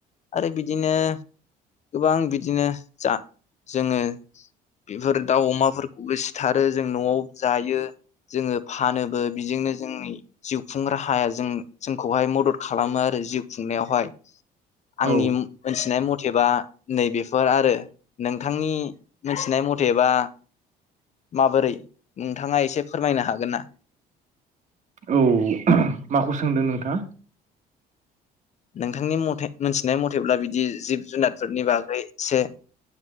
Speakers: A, on the left; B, on the right.
A: आरो बिदिनो गोबां बिदिनो जा जोङो बेफोर दाउ अमाफोरखौबो सिथारो जों नआव जायो जोङो। फानोबो बिजोंनो जोंनि जिउफुं राहाया जों जोंखौहाय मदद खालामो आरो जिउ। खुंनायावहाय आंनि
B: औ
A: मोनथिनाय म। अथेबा नैबेफोर आरो। नोंथांनि मोनथिनाय मथेबा। माबोरै नोंथाङा एसे फोरमायनो हागोन ना?
B: औ माखौ सोंदों नोंथाङा?
A: नोंथांनि मथे। मोनथिनाय मथेब्ला बिदि। जिब जुनारफोरनि बागै एसे